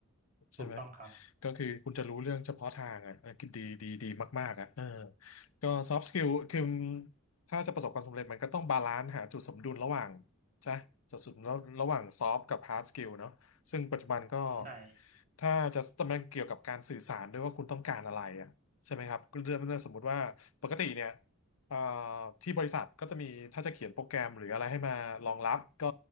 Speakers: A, on the left; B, on the right.
A: ใช่ไหม
B: ถูกต้องครับ
A: ก็คือคุณจะรู้เรื่องเฉพาะทางอ่ะเออดีดีดีมากๆอ่ะเออก็ soft skill คือถ้าจะประสบความสำเร็จมันก็ต้องบาลานซ์หาจุดสมดุลระหว่างใช่จุดสมดุลระหว่าง soft กับ hard skill เนาะซึ่งปัจจุบันก็
B: ใช่
A: ถ้าจะมันเกี่ยวกับการสื่อสารด้วยว่าคุณต้องการอะไรอ่ะ ใช่ไหมครับเรื่องเรื่องสมมติว่าปกติเนี่ยเอ่อที่บริษัทก็จะมีถ้าจะเขียนโปรแกรมหรืออะไรให้มารองรับก็